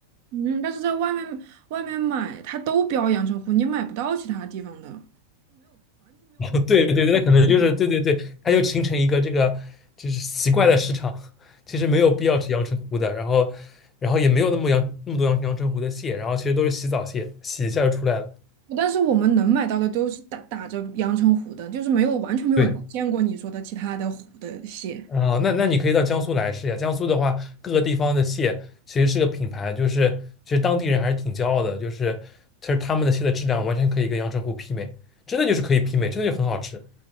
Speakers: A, on the right; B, on the left.
A: 嗯，但是在外面外面买，它都标阳澄湖，你买不到其他地方的。
B: <laughs> 对对对，那可能就是对对对，它就形成一个这个就是奇怪的市场，其实没有必要吃阳澄湖的，然后然后也没有那么阳那么多阳阳澄湖的蟹，然后其实都是洗澡蟹，洗一下就出来了。
A: 但是我们能买到的都是打打着阳澄湖的，就是没有完全没有见过你说的其他的湖的蟹。
B: 对，啊、那那你可以到江苏来试一下，江苏的话各个地方的蟹其实是个品牌，就是其实当地人还是挺骄傲的，就是其实他们的蟹的质量完全可以跟阳澄湖媲美，真的就是可以媲美，真的就很好吃。